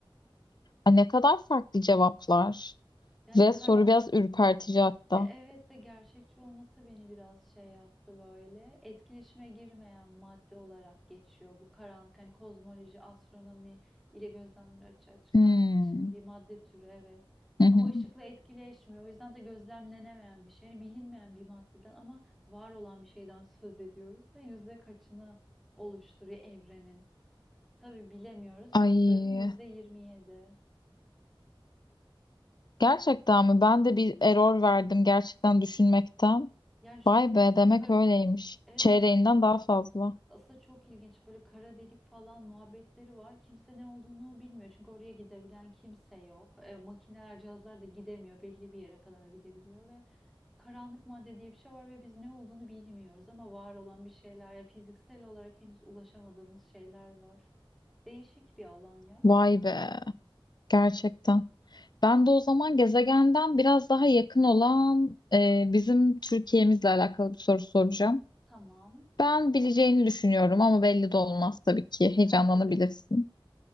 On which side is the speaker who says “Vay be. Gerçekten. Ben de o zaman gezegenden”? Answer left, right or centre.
Left